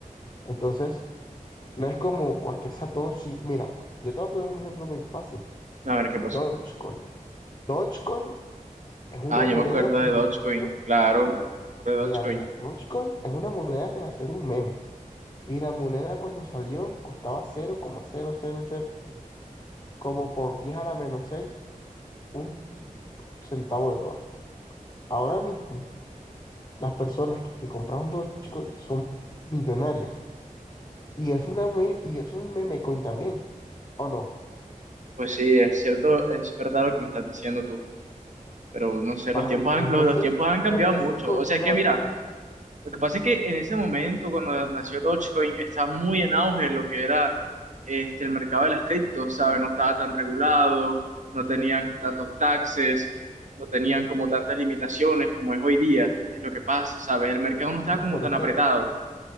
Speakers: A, on the left; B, on the right.
A: Entonces, No es como cualquier Satoshi. Mira, yo te voy a poner un ejemplo muy fácil.
B: A ver qué pasó.
A: Dogecoin. Dogecoin es una
B: Ah, yo
A: moneda
B: me acuerdo
A: que
B: de Dogecoin,
A: nació.
B: claro, me acuerdo de
A: Mira,
B: Dogecoin.
A: mira, Dogecoin es una moneda que nació de un meme. Y la moneda cuando salió costaba cero coma cero cero coma cero como por 10 a la menos 6 un centavo de dólar. Ahora mismo, las personas que compraban Dogecoin son millonarias. Y es una me- y es un meme coin también. ¿O no?
B: Pues sí, es cierto, es verdad lo que me estás diciendo tú, pero no sé, los
A: Vale,
B: tiempos han,
A: entonces,
B: los, los tiempos han cambiado
A: ¿por qué
B: mucho.
A: sí con
B: O sea, es
A: Dogecoin?
B: que mira, Lo que pasa es que en ese momento, cuando nació Dogecoin, estaba muy en auge lo que era este, el mercado de las criptos, ¿sabes? No estaba tan regulado, no tenía tantos taxes, no tenían como tantas limitaciones como es hoy día. Es lo que pasa, ¿sabes? El mercado no estaba
A: No,
B: como
A: pero
B: tan
A: es que
B: apretado.